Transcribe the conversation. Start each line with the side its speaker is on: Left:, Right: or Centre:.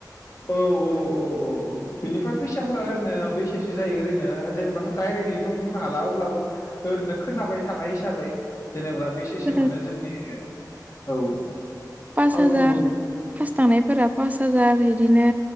Left: औ औ औ औ औ बिनिफ्राय फैसाफोरा ओरैनो बेसेसो जायो ओरैनो जेनेबाथ' डाइरेक्टलि बुंनो हाला अब्लाबो ओरैनो खोनाबाय थानाय हिसाबै जेनेबा बे केसे
Right: सोरना
Left: मोनो जोंनि औ
Right: पास
Left: फावखुंगुर
Right: हाजार पास थानायफोरा पास हाजार बिदिनो